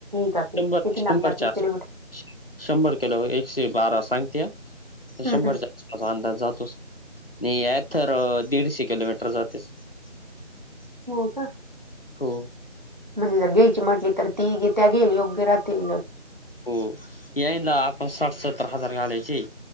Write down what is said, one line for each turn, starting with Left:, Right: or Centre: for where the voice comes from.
Right: जाते.
Left: शंभर
Right: किती
Left: शंभरच्या
Right: लांब जाते. किलोमीटर.
Left: आस शंभर किलो, एकशे बारा सांगत्या. शंभरच्या
Right: हम्म हम्म.
Left: अंदाज जातोस. आणि अथर दीडशे किलोमीटर जातेच. <unintelligible>
Right: हो का?
Left: हो.
Right: म्हणजे जर घ्यायची म्हटली तर, ती. त्या घेईल योग्य राहतील.
Left: हो. याईनला आपण साठ सत्तर हजार घालायचे.